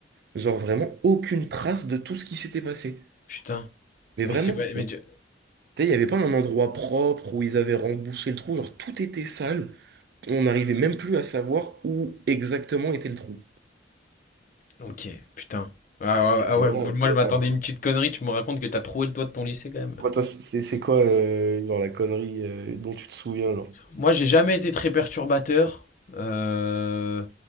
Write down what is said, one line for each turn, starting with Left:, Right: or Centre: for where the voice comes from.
Right: Genre vraiment aucune trace de tout ce qui s'était passé.
Left: Putain.
Right: Mais
Left: Mais
Right: vraiment.
Left: c'est pas. Mais tu-
Right: Tu sais, il n'y avait pas un endroit propre où ils avaient rembouché le trou, genre tout était sale. On n'arrivait même plus à savoir où exactement était le trou.
Left: Ok, putain. Ah, ouais,
Right: Et
Left: ah
Right: voilà,
Left: ouais, moi je m'attendais
Right: voilà. toi,
Left: à une petite connerie, tu me racontes que t'as trouvé le toit de ton lycée quand même.
Right: toi, c'est c'est quoi euh, genre la connerie euh, dont tu te souviens genre?
Left: Moi j'ai jamais été très perturbateur. Euh,